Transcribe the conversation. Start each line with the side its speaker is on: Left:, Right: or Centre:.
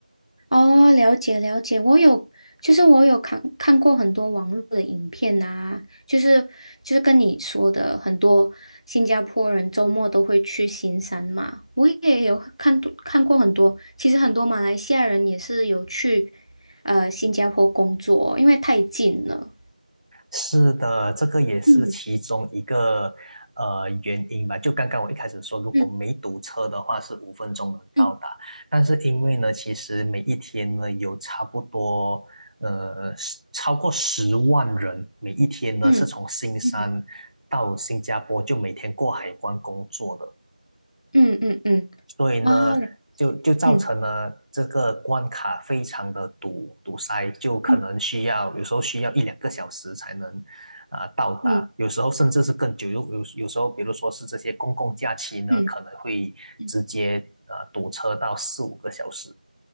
Left: 哦，了解了解，我有，就是我有看看过很多网络的影片啊，就是就是跟你说的，很多新加坡人周末都会去行山嘛，我也有看多看过很多，其实很多马来西亚人也是有去呃新加坡工作，因为太近了。
Right: 是的，这个也是其中一个呃原因吧。
Left: 嗯
Right: 就刚刚我一开始说，如果没堵车的话，
Left: 嗯
Right: 是五分钟能到达。
Left: 嗯
Right: 但是因为呢，其实每一天呢有差不多呃超过十万人，每一天呢是从新山到新加坡，
Left: 嗯嗯
Right: 就每天过海关工作的。
Left: 嗯嗯嗯
Right: 所以呢，
Left: 嗯，哦，
Right: 就就造成了这个关卡非常的堵堵塞，
Left: 嗯
Right: 就可能需要有时候需要一两个小时才能
Left: 嗯
Right: 啊、呃到达，
Left: 嗯
Right: 有时候甚至是更久。有有有时候，比如说是这些公共假期呢，
Left: 嗯
Right: 可能会直接呃堵车到四五个小时。
Left: 嗯。